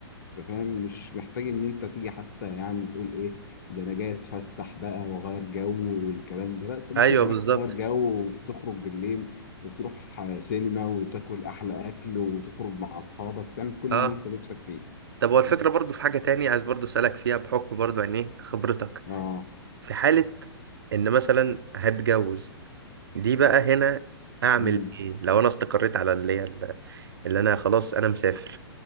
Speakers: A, on the left (about 45°); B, on the right (about 60°).
A: فاهم مش محتاج ان انت تيجي حتى يعني تقول ايه ده انا جاي اتفسح بقى واغير جو والكلام ده لا انت ممكن
B: ايوه
A: هناك
B: بالظبط
A: تغير جو وتخرج بالليل وتروح سينما وتاكل احلى اكل وتخرج مع اصحابك تعمل كل
B: اه
A: اللي انت نفسك فيه
B: طب هو الفكره برضو في حاجه تاني عايز برضو اسالك فيها بحكم برضو عن ايه خبرتك
A: اه
B: في حاله ان مثلا هتجوز دي بقى هنا اعمل
A: امم
B: ايه لو انا استقريت على اللي هي ال- اللي انا خلاص انا مسافر